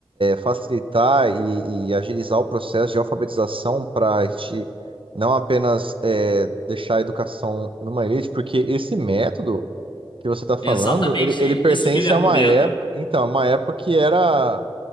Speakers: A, on the right (about 65°); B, on the left (about 55°).
A: facilitar e, e agilizar o processo de alfabetização para a gente não apenas é, deixar a educação numa elite? Porque esse método que você está falando,
B: É Exatamente
A: ele, ele pertence
B: isso que ele argumenta.
A: a uma época, então, uma época que era